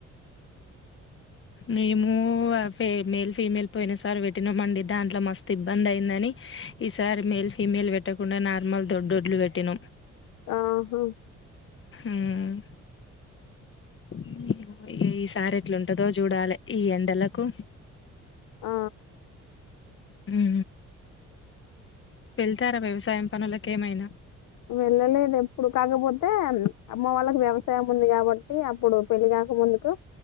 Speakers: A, on the left; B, on the left.
A: మేము ఏ మేల్ ఫిమేల్ పోయిన సారి వెట్టినాం అండి. దాంట్లో మస్తు ఇబ్బంది అయిందని ఈసారి మేల్ ఫిమేల్ పెట్టకుండా నార్మల్ దొడ్డువడ్లు వెట్టినాం.
B: ఆహా
A: ఉమ్ ఏమో ఇగ ఈ సారి ఎట్లుంటదో చూడాలి. ఈ ఎండలకు
B: ఆ
A: మ్ ఉ వెళ్తారా వ్యవసాయం పనులకు ఏమైనా
B: వెళ్ళలేదు ఎప్పుడు కాకపోతే అమ్మ వాళ్ళకి వ్యవసాయం ఉంది కాబట్టి అప్పుడు పెళ్లి కాక ముందుకు